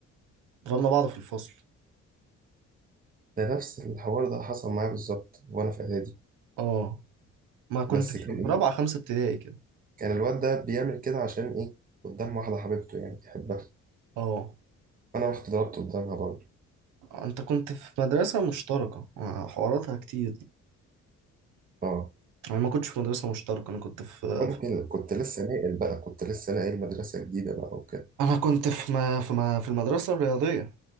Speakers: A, on the right; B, on the right.
A: ضربنا بعض في الفصل
B: ده نفس الحوار ده حصل معايا بالظبط وانا في اعدادي
A: اه ما كنت
B: بس
A: في
B: كان ايه
A: رابعة خمسة ابتدائي كده
B: كان الواد ده بيعمل كده عشان ايه قدام واحده حبيبته يعني بيحبها
A: اه
B: انا رحت ضربت قدامها برضه
A: أنت كنت في مدرسة مشتركة آه، حواراتها كتير
B: اه
A: أنا ما كنتش في مدرسة مشتركة أنا كنت في
B: ممكن
A: في-
B: كنت لسه ناقل بقى كنت لسه ناقل مدرسه جديده بقى وكده
A: أنا كنت في ما في, ما في المدرسة الرياضية